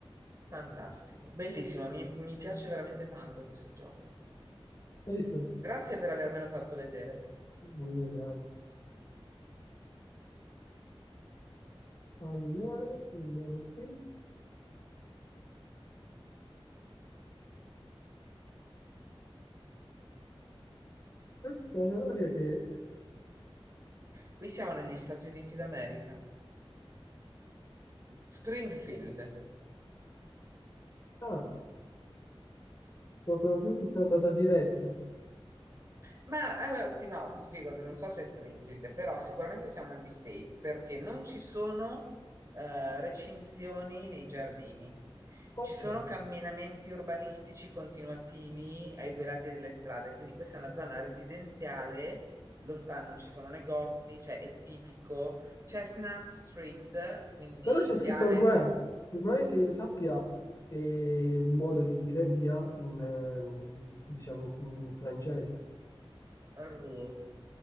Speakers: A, on the right (about 35°); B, on the left (about 35°).
A: Fantastico, bellissimo, mi, mi piace veramente tanto questo gioco.
B: Hai visto?
A: Grazie per avermelo fatto vedere.
B: Mm, anzi. Allora, andiamo qui. Questa è un'area che...
A: Qui siamo negli Stati Uniti d'America. Springfield.
B: Ah, proprio tu sei andata diretta.
A: Ma allora, ti, no, ti spiego, non so se è Springfield, però sicuramente siamo negli States perché non ci sono eh, recinzioni nei giardini,
B: Ok.
A: ci sono camminamenti urbanistici continuativi ai due lati delle strade, quindi questa è una zona residenziale, lontano non ci sono negozi, cioè è tipico. Chestnut Street, quindi
B: Però c'è scritto
A: viale
B: re.
A: di
B: Il re, che io sappia, è un modo di dire via in, ehm, diciamo, in francese.
A: Rue.